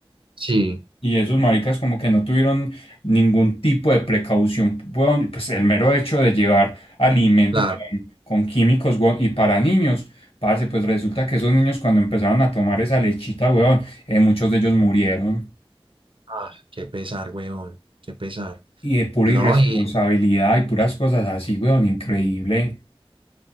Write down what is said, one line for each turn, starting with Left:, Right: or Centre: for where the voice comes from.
Right: Sí,
Left: Y esos maricas como que no tuvieron ningún tipo de precaución, weón, pues el mero hecho de llevar alimento
Right: claro.
Left: con, con químicos, weón, y para niños, parce, pues resulta que esos niños cuando empezaron a tomar esa lechita, weón, eh, muchos de ellos murieron.
Right: Ah, qué pesar, huevón, qué pesar.
Left: Y de pura
Right: No,
Left: irresponsabilidad
Right: y,
Left: y puras cosas así, weón, increíble.